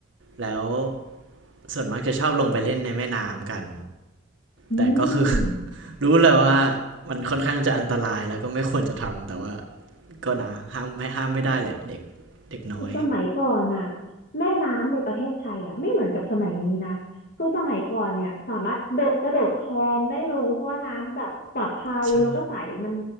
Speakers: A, on the right (about 65°); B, on the left (about 50°).
A: แล้วส่วนมากจะชอบลงไปเล่นในแม่น้ำกัน
B: อืม
A: แต่ก็คือ <laughs> รู้เลยว่ามันค่อนข้างจะอันตรายแล้วก็ไม่ควรจะทำแต่ว่าก็นะห้ามไม่ห้ามไม่ได้แหละเด็กเด็กน้อย
B: สมัยก่อนน่ะแม่น้ำในประเทศไทยอ่ะไม่เหมือนกับสมัยนี้นะคือสมัยก่อนเนี่ยสามารถโดดกระโดดคลองได้เลยเพราะว่าน้ำแบบปลอดภัยแล้วก็ใสมัน
A: ใช่